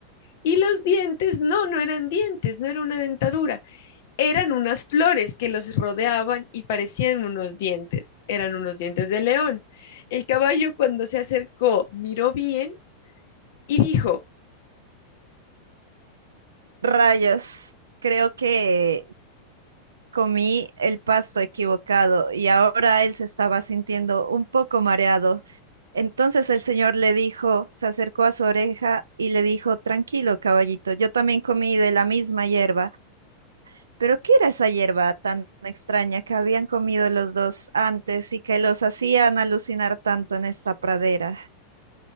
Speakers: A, on the left; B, on the right.
A: Y los dientes, no, no eran dientes, no era una dentadura, Eran unas flores que los rodeaban y parecían unos dientes. Eran unos dientes de león. El caballo cuando se acercó miró bien y dijo,
B: Rayos, creo que Comí el pasto equivocado y ahora él se estaba sintiendo un poco mareado. Entonces el señor le dijo, se acercó a su oreja y le dijo, tranquilo, caballito, yo también comí de la misma hierba. Pero ¿qué era esa hierba tan extraña que habían comido los dos antes y que los hacían alucinar tanto en esta pradera?